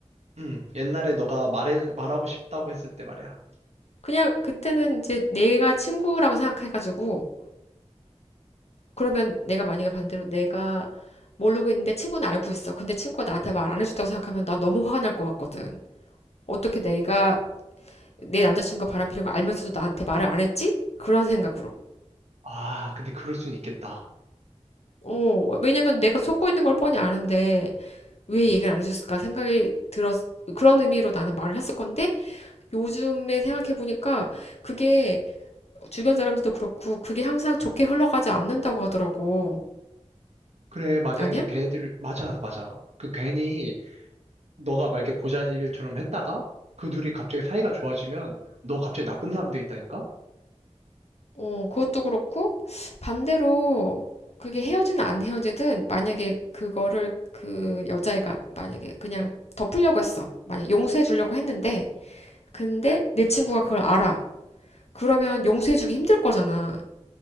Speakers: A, on the right; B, on the left.
A: 응, 옛날에 너가 말해, 말하고 싶다고 했을 때 말이야.
B: 그냥 그때는 이제 내가 친구라고 생각해가지고, 그러면 내가 만약에 반대로 내가 모르고 있는데 친구는 알고 있어. 근데 친구가 나한테 말 안 해줬다고 생각하면 나 너무 화가 날 것 같거든. 어떻게 내가 내 남자친구가 바람피는 거 알면서도 나한테 말을 안 했지? 그런 생각으로.
A: 아, 근데 그럴 순 있겠다.
B: 어, 왜냐면 내가 속고 있는 걸 뻔히 아는데 왜 얘기를 안 해줬을까 생각이 들었, 그런 의미로 나는 말을 했을 건데 요즘에 생각해보니까 그게 주변 사람들도 그렇고 그게 항상 좋게 흘러가지 않는다고 하더라고.
A: 그래, 맞아.
B: 아니야?
A: 이게 걔네들, 맞아, 맞아. 그 괜히 너가 막 이렇게 고자질처럼 했다가 그 둘이 갑자기 사이가 좋아지면 너 갑자기 나쁜 사람도 있다니까?
B: 어, 그것도 그렇고 반대로 그게 헤어지든 안 헤어지든 만약에 그거를 그 여자애가 만약에 그냥 덮으려고 했어. 만약 용서해 주려고 했는데 근데 내 친구가 그걸 알아. 그러면 용서해주기 힘들 거잖아.